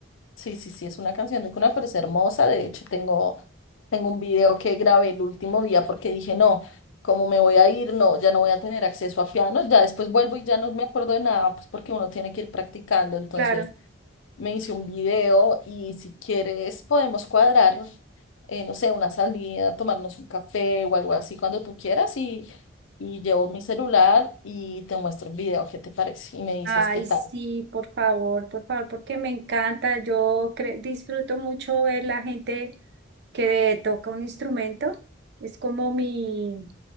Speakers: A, on the left (about 70°); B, on the right (about 55°).
A: Sí, sí, sí, es una canción de cuna, pero es hermosa. De hecho, tengo, tengo un video que grabé el último día porque dije, no, como me voy a ir, no, ya no voy a tener acceso a pianos. Ya después vuelvo y ya no me acuerdo de nada, pues porque uno tiene que ir practicando. Entonces,
B: Claro.
A: me hice un video y si quieres podemos cuadrar, eh, no sé, una salida, tomarnos un café o algo así cuando tú quieras y, y llevo mi celular y te muestro el video, ¿qué te parece? Y me dices
B: Ay,
A: qué tal.
B: sí, por favor, por favor, porque me encanta. Yo cre- disfruto mucho ver la gente que toca un instrumento. Es como mi,